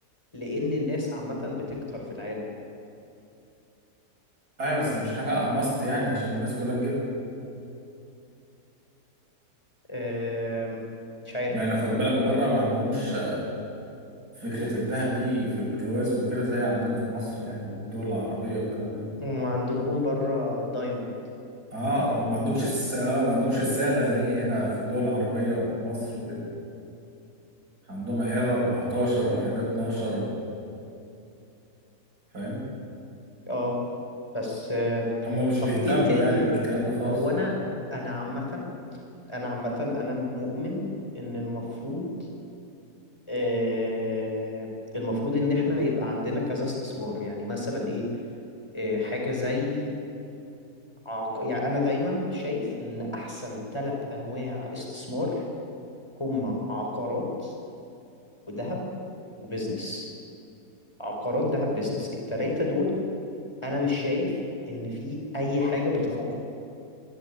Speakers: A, on the left (about 15°); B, on the right (about 75°).
A: لأن الناس عامة بتكتر في العالم
B: ايوه بس مش حاجه ماست يعني عشان الناس كلها تجيبها
A: آم، مش عارف
B: يعني خد بالك
A: يعني
B: بره ما عندهمش فكرة الذهب دي في الجواز وكده زي عندنا في مصر يعني والدول العربية والكلام ده
A: هم عندهم بره دايموند
B: اه وما عندهمش الس... آه ما عندهمش الصاغة زي هنا في الدول العربية وفي مصر وكده عندهم عيار 14 وعيار
A: مم.
B: 12 و... فاهم
A: اه بس آه،
B: هما مش
A: طب
B: بيهتموا
A: ايه تاني
B: يعني بالكلام ده خالص
A: هو انا انا عامة انا عامة انا مؤمن ان المفروض آه المفروض ان احنا يبقى عندنا كذا استثمار يعني مثلا ايه آه حاجة زي عق... يعني انا دايما شايف ان احسن ثلاث انواع استثمار هما عقارات وذهب وبزنس عقارات ذهب بزنس التلاتة دول انا مش شايف ان في اي حاجة بتفوقهم